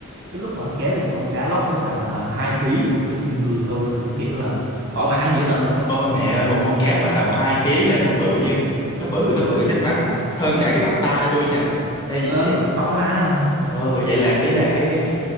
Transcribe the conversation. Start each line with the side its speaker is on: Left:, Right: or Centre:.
Right: cái lúc mà hắn kéo lên được con cá lóc nó tầm uh, 2 kg Ui, cái người tôi cũng kiểu là thỏa mãn dễ sợ luôn á
Left: Ôi mẹ ơi một con cá mà tầm 2 ký là nó bự như nó bự nó bự chắc bằng hơn cả cái bắp tay tôi nha. Ê,
Right: ờ,
Left: vậy, vậy.
Right: to mà
Left: Ờ vậy là ý là cái cái cái